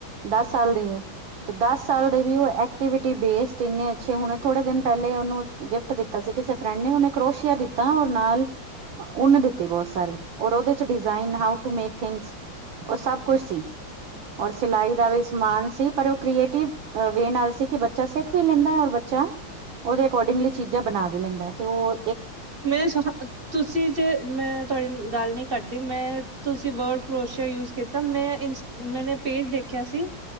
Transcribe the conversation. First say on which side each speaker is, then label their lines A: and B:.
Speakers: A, on the right (about 70°); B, on the right (about 30°).
A: ਦਸ ਸਾਲ ਦੀ ਏ ਤੇ ਦਸ ਸਾਲ ਦੇ ਵੀ ਓ ਐ ਟੀਵਿਟੀ ਬੇਸਡ ਇੰਨੇ ਅੱਛੇ ਹੁਣੇ ਥੋੜੇ ਦਿਨ ਪਹਿਲੇ ਓਨੂੰ ਗਿਫਟ ਦਿੱਤਾ ਸੀ ਕਿਸੇ ਫਰੈਂਡ ਨੇ ਔਨੇ ਕਰੋਸ਼ੀਆ ਦਿੱਤ ਤਾ ਔਰ ਨਾਲ ਉੱਨ ਦਿੱਤੀ ਬੋਤ ਸਾਰੀ। ਔਰ ਉਹਦੇ ਚ design how to make things ਓ ਸਭ ਕੁਛ ਸੀ। ਔਰ ਸਿਲਾਈ ਦਾ ਵੀ ਸਮਾਨ ਸੀ। ਪਰ ਓ ਕ੍ਰੀਏਟਿਵ ਵੇ ਨਾਲ ਸੀ ਕਿ ਬੱਚਾ ਸਿੱਖ ਵੀ ਲੇਂਦਾ ਐ ਔਰ ਬੱਚਾ ਔਦੇ ਅਕੋਰਡਿੰਗਲੀ ਚੀਜ਼ਾਂ ਬਣਾ ਵੀ ਲੈਂਦਾ ਐ ਤੇ ਓ
B: ਮੇਂ <unintelligible> ਤੁਸੀ ਜੇ ਮੈਂ ਤੁਅਡੀ ਗੱਲ ਨੀ ਕਟਦੀ ਮੈਂ ਤੁਸੀ ਵਰਡ ਕਰੋਸ਼ੀਆ ਯੂਜ਼ ਕੀਤਾ ਮੈਂ ਇੰਸ ਮੈਂਨੇ ਪੇਜ ਦੇਖਿਆ ਸੀ